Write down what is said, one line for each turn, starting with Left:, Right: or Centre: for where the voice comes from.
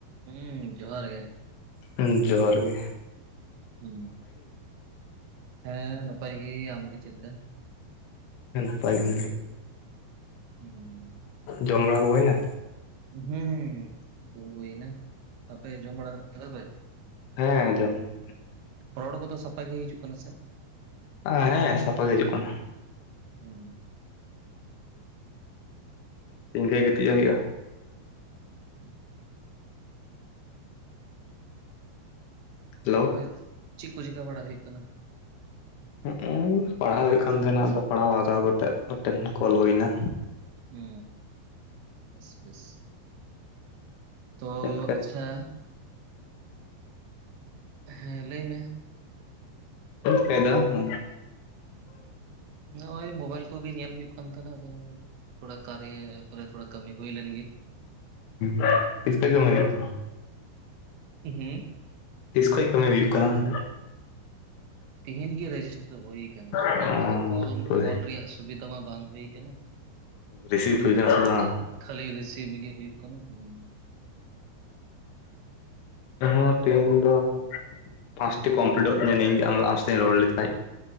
Right: ᱦᱩᱸ ᱡᱚᱦᱟᱨ ᱜᱮᱼᱼ
Left: ᱦᱩᱸ ᱡᱚᱦᱟᱨ ᱜᱮᱼᱼ
Right: ᱦᱩ ᱦᱮᱸ ᱱᱟᱯᱟᱭ ᱜᱮ ᱟᱢᱜᱮ ᱪᱮᱫ ᱞᱮᱠᱟ?
Left: ᱦᱯᱟᱭ <inaudible>
Right: ᱦᱮᱸ
Left: ᱡᱚᱢᱲᱟ ᱦᱳᱭ ᱱᱟ᱾
Right: ᱦᱩᱸᱜᱩᱸ ᱦᱩᱭ ᱱᱟ ᱟᱯᱮᱜᱮ ᱡᱚᱢᱵᱟᱲᱟ ᱠᱮᱫᱟᱯᱮ?
Left: ᱦᱮᱸ ᱡᱚᱢ᱾
Right: ᱨᱚᱲ ᱠᱚᱫᱚ ᱥᱟᱯᱟᱜ ᱜᱮ ᱦᱤᱡᱩᱜ ᱠᱟᱱᱟ ᱥᱮ᱾
Left: ᱟ ᱦᱮᱸ ᱥᱟᱯᱟᱜ ᱜᱮ ᱦᱤᱡᱩᱜ ᱠᱟᱱᱟ᱾
Right: ᱦᱮᱸ
Left: ᱤᱱᱠᱟᱹ ᱜᱤᱛᱤᱡᱚᱜ ᱦᱩᱭᱩᱜᱼᱟ᱾
Right: ᱦᱮ <inaudible>
Left: ᱦᱮᱞᱳ
Right: ᱛᱚᱵᱮ ᱪᱮᱫ ᱠᱚ ᱪᱮᱠᱟ ᱵᱟᱲᱟ ᱦᱩᱭᱩᱜ ᱠᱟᱱᱟ᱾
Left: ᱦᱚᱜ-ᱚᱭ ᱯᱟᱲᱦᱟᱣ ᱦᱩᱭᱩᱜ ᱠᱟᱱ ᱛᱟᱦᱮᱱᱟ ᱟᱫᱚ ᱯᱟᱲᱦᱟᱣ ᱦᱟᱛᱟᱣ ᱠᱟᱛᱮᱜ ᱢᱤᱫᱴᱮᱱ ᱠᱚᱞ ᱦᱩᱭ ᱮᱱᱟ᱾
Right: ᱦᱩ ᱵᱮᱥ ᱵᱮᱥ ᱛᱚ
Left: ᱪᱮᱫ
Right: ᱟᱪᱪᱷᱟ᱾ ᱦᱮᱸ ᱞᱟᱹᱭ ᱢᱮ?
Left: ᱪᱟᱭᱫᱟ ᱦ <inaudible>
Right: ᱱᱚᱜᱼᱚᱭ ᱢᱳᱵᱟᱭᱤᱞ ᱠᱚᱜᱮ ᱧᱮᱞ ᱦᱩᱭᱩᱜ ᱠᱟᱱ ᱛᱟᱦᱮᱱᱟ ᱟᱫᱚ᱾ ᱛᱷᱚᱲᱟ ᱠᱟᱨᱮ ᱛᱚᱲᱟ ᱛᱚᱲᱟ ᱠᱟᱹᱢᱤ ᱦᱩᱭᱭ ᱞᱮᱱ ᱜᱮ᱾
Left: ᱦ ᱛᱤᱥᱠ ᱜᱮ ᱞ <inaudible>
Right: ᱦᱮᱸ
Left: ᱛᱤᱥ ᱠᱷᱚᱡ ᱠᱟᱹᱢᱤ ᱦᱩᱭᱩᱜ ᱠᱟᱱᱟ ᱚᱸᱰᱮ᱾
Right: ᱛᱤᱦᱤᱱᱧ ᱜᱮ ᱨᱮᱡᱤᱥᱴᱟᱨ ᱦᱩᱭᱼᱼ
Left: ᱚᱸᱰᱮ
Right: ᱟᱫᱚ ᱠᱚᱞ ᱠᱚᱞ ᱨᱮᱭᱟᱜ ᱥᱩᱵᱤᱫᱟ ᱢᱟ ᱵᱟᱝ ᱦᱩᱭ ᱟᱠᱟᱱᱟ᱾
Left: ᱨᱥᱤᱵᱷ ᱦᱩᱭ ᱠᱟᱱᱟ ᱥᱩᱫᱷᱩ ᱵᱟᱝ,
Right: ᱠᱷᱟᱞᱞᱤ ᱨᱤᱥᱤᱵᱷ ᱜᱤ ᱦᱩᱭᱩᱜ ᱠᱟᱱᱟ ᱦᱮᱸ᱾
Left: ᱚ ᱛᱦᱧ ᱫᱚ <inaudible> ᱯᱟᱥᱴᱤ ᱠᱚᱢᱯᱞᱤᱴᱚᱜ ᱛᱤᱧᱟ ᱟᱢ ᱥᱟᱛᱮᱧ ᱨᱚᱲ ᱞᱮᱠᱷᱟᱡ᱾